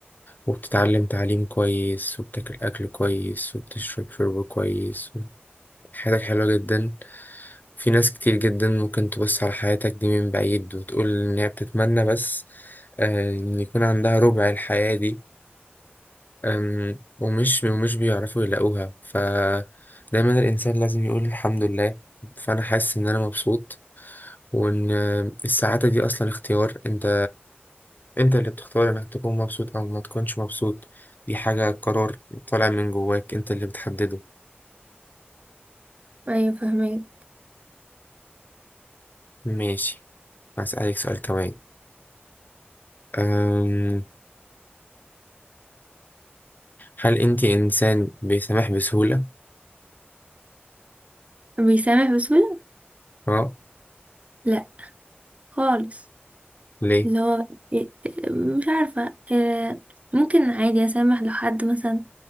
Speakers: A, on the left (about 50°); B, on the right (about 35°).
A: وبتتعلم تعليم كويس وبتاكل أكل كويس وبتشرب شرب كويس حياتك حلوة جدا في ناس كتير جدا ممكن تبص على حياتك دي من بعيد وتقول إن هي بتتمنى بس آه، إن يكون عندها ربع الحياة دي أم، ومش ومش بيعرفوا يلاقوها فدايما الإنسان لازم يقول الحمد لله فأنا حاسس إن أنا مبسوط وإن آه، السعادة دي أصلا اختيار أنت انت اللي بتختار انك تكون مبسوط او ما تكونش مبسوط دي حاجة قرار طالع من جواك انت اللي بتحدده
B: ايوه فاهمك
A: ماشي هسألك سؤال كمان أم... هل انت انسان بيسامح بسهولة
B: بيسامح بسهولة
A: اه
B: لا خالص
A: ليه
B: اللي هو إيه- مش عارفة آه، ممكن عادي أسامح لو حد مثلا